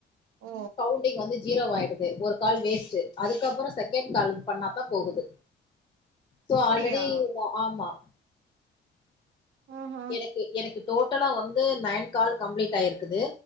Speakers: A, on the right; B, on the left.
A: ஓ
B: கவுண்டிங் வந்து ஜீரோ ஆயிடுது ஒரு கால் வேஸ்டு அதுக்கப்பற செகண்ட் கால் பண்ணாதா போகுது சோ
A: அப்படியா
B: ஆல்ரெடி ஆமா
A: ஆஹா
B: எனக்கு எனக்கு டோட்டலா வந்து நைன் கால் கம்ப்ளீட் ஆயிருக்குது